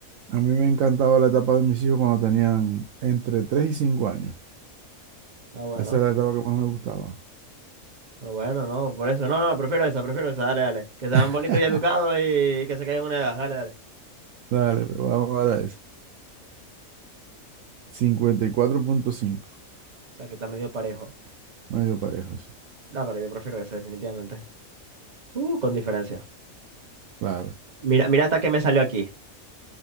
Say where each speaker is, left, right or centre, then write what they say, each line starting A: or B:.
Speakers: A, on the right; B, on the right.
A: a mí me encantaba la etapa de mis hijos cuando tenían entre 3 y 5 años.
B: Ah, bueno.
A: Esa era la etapa que más me gustaba.
B: Ah, bueno, no, por eso. No, no, prefiero esa, prefiero esa. Dale, dale. Que sean
A: <laughs>
B: bonitos y educados y que se queden en una edad. Dale, dale.
A: Dale, pero vamos a dar ese. 54.5.
B: O sea, que está medio parejo.
A: Medio parejo, sí.
B: No, pero yo prefiero esa, definitivamente. Uh, con diferencia.
A: Claro.
B: Mira, mira hasta que me salió aquí.